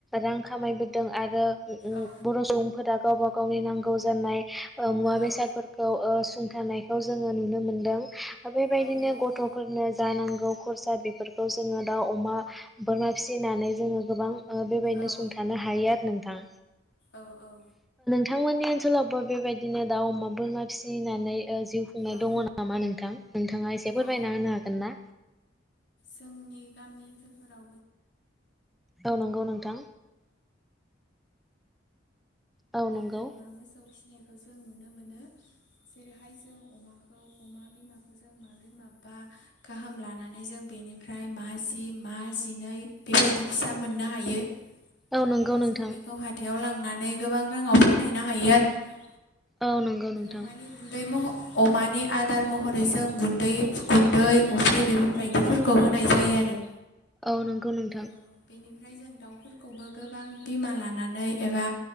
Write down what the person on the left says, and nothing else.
औ
औ
औ नंगौ
औ
औ - औ
औ
औ
जोंनि <unintelligible> दाउ, अमा,
बोरमा, मोसौ फिसिनायखौ जों नुनो मोनो जेरैहाय जों अमाखौ अमा बिमाखौ जों मा माबै माबा गाहाम लानानै जों बेनिफ्राय मा जि मा जिनै बेबायदि फि फिसा मोननो हायो। बेनिफ्राय
जों बेखौ हाथायाव लांनानै गोबां राङाव फानहैनो हायो आरो नोंथां।
अमानि गुन्दै मह अमानि आदार महरै जों गुन दै गुन्दै अफ्रि बेफोरबायदिफोरखौ होनाय जायो आरो।
औ बेनिफ्राय जों दाउफोरखौबो गोबां बिमा लानानै एबा